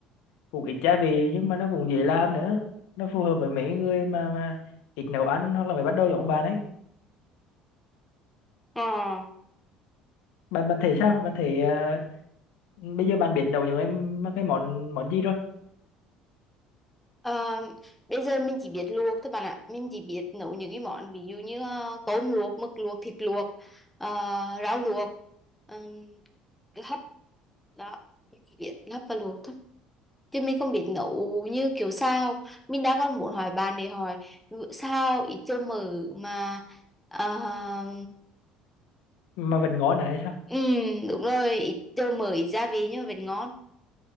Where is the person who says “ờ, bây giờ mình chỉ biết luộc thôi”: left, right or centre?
Centre